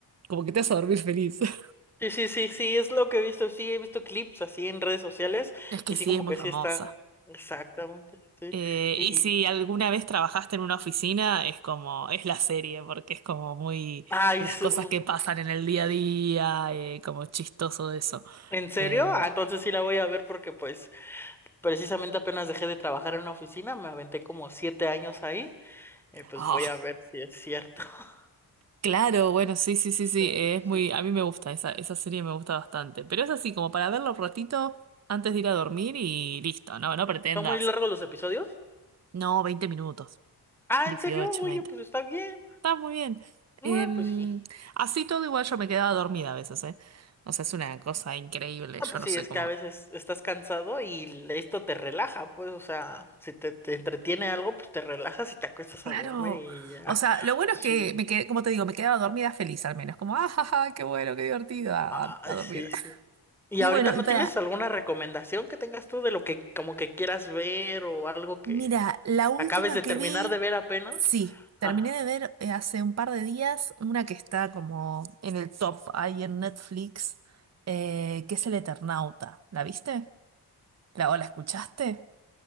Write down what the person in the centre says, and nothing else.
Sí, sí, sí, sí, es lo que he visto. Sí, he visto clips así en redes sociales
y sí
como
que
sí están exactamente, sí.
Y
ay,
su-
¿en serio?
Ah, entonces sí la voy a ver porque pues precisamente apenas dejé de trabajar en una oficina, me aventé como siete años ahí, y pues
voy a ver si es cierto. <laughs>
Sí,
sí.
¿Son muy largos los episodios?
Ah,
¿en serio? Oye,
pues está bien.
Ah,
pues sí.
Ah, pues
sí,
es
que a veces estás cansado y esto te relaja, pues, o sea, si te, te entretiene algo, pues te relajas y te acuestas
a dormir y ya.
Sí.
Ay,
sí, sí.
¿Y
ahorita
no
tienes alguna recomendación que tengas tú de lo que como que quieras ver o algo que
acabes de
terminar
de ver apenas?
Ah,